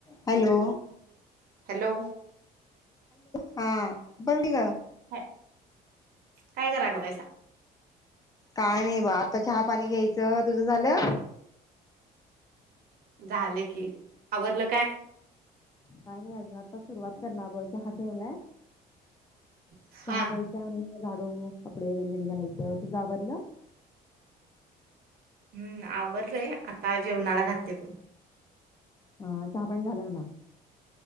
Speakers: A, on the left; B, on the right.
A: Hello
B: hello
A: हा बंडी का?
B: ह काय कराय लागलायसा?
A: काय नाही ब आता चहा पाणी घ्यायचं. तुझं झालं?
B: झाल की. आवरल काय?
A: काही नाही अजून आता सुरुवात करनार बघ चहा ठेवलाय.
B: हा
A: चहा घ्यायचा मग झाडू, कपडे वगैरे घडी घालाय हो तुझं आवरलं?
B: हम्म आवरलयं आता जेवणाला घातले बघ.
A: हा चहा पाणी झालं म्हणा.